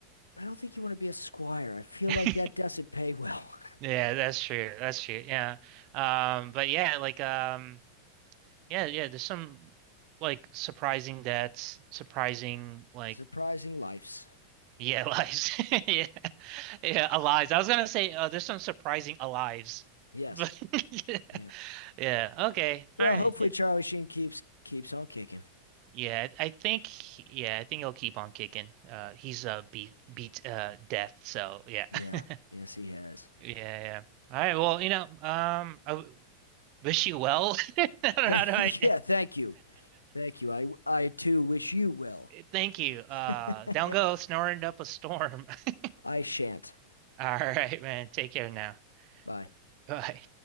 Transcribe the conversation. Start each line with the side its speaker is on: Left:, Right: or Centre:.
Left: I don't think you want to be a squire. I feel
Right: <laughs>
Left: like that doesn't pay well.
Right: Yeah, that's true. That's true. Yeah. Um, but yeah, like um yeah, yeah, there's some like surprising deaths, surprising
Left: <laughs>
Right: like
Left: Surprising lives.
Right: yeah, <laughs> lives. <laughs> Yeah. Yeah, alives. I was gonna say uh, there's some surprising alives. <laughs>
Left: Yes.
Right: But <laughs>
Left: Yeah.
Right: yeah, okay.
Left: Well,
Right: All right.
Left: hopefully Charlie Sheen keeps keeps on kicking.
Right: Yeah, I I think yeah, I think he'll keep on kicking. Uh he's uh beat beat uh death, so yeah.
Left: Yeah.
Right: <laughs>
Left: Yes, he has.
Right: Yeah, yeah. All right, well, you know, um I w- wish you well. <laughs> I don't
Left: Thank-
Right: know, How do I
Left: <laughs> yeah. Thank you. Thank you. I I too wish you well.
Right: <laughs> Thank you. Uh
Left: <laughs>
Right: down go snoring up a storm. <laughs>
Left: I shan't.
Right: All right, man. Take care now.
Left: Bye.
Right: Bye.